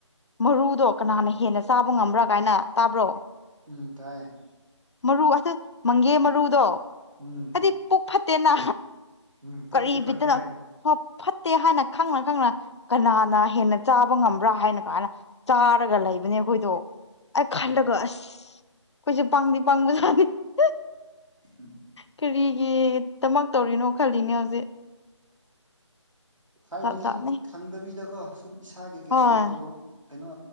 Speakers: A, on the left; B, on the right.
A: ꯃꯔꯨꯗꯣ ꯀꯅꯥꯅ ꯍꯦꯟꯅ ꯆꯥꯕ ꯉꯝꯕ꯭ꯔꯥ ꯀꯥꯏꯅ ꯇꯥꯕ꯭ꯔꯣ꯫
B: ꯎꯝ ꯇꯥꯏꯌꯦ꯫
A: ꯃꯔꯨ ꯑꯍꯥ ꯃꯪꯒꯦ ꯃꯔꯨꯗꯣ꯫
B: ꯎꯝ
A: ꯇꯤ ꯄꯨꯛ ꯐꯠꯇꯦꯅ
B: ꯎꯝ ꯄꯨꯛꯇꯤ
A: ꯀꯔꯤ
B: ꯐꯠꯇꯦ
A: ꯕꯤꯠꯇꯅ꯫
B: ꯍꯥꯏꯕ
A: ꯍ ꯐꯠꯇꯦ ꯍꯥꯏꯅ ꯈꯪꯅ ꯈꯪꯅ ꯀꯅꯥꯅ ꯍꯦꯟꯅ ꯆꯥꯕ ꯉꯝꯕ꯭ꯔꯥ ꯍꯥꯏꯅ ꯀꯥꯏꯅ ꯫ ꯆꯥꯔꯒ ꯂꯩꯕꯅꯦ꯫ ꯈꯣꯏꯗꯣ ꯑꯩ ꯈꯜꯂꯒ
B: ꯎꯝ
A: ꯑꯁ ꯑꯩꯈꯣꯏꯁꯦ ꯄꯡꯗꯤ ꯄꯡꯕꯖꯥꯠꯅꯤ ꯫
B: ꯎꯝ
A: ꯀꯔꯤꯒꯤ ꯇꯃꯛ ꯇꯧꯔꯤꯅꯣ ꯈꯜꯂꯤꯅꯦ ꯍꯧꯖꯤꯛ꯫
B: ꯊꯥꯏꯅꯒꯤ
A: ꯖꯥꯠ ꯖꯥꯠꯅꯦ
B: ꯈꯪꯗꯕꯤꯗꯀꯣ ꯁꯨꯝ ꯏꯁꯥꯒꯤ ꯀꯩ
A: ꯍꯣꯏ
B: ꯀꯩꯅꯣ ꯇꯧ ꯀꯩꯅꯣ꯫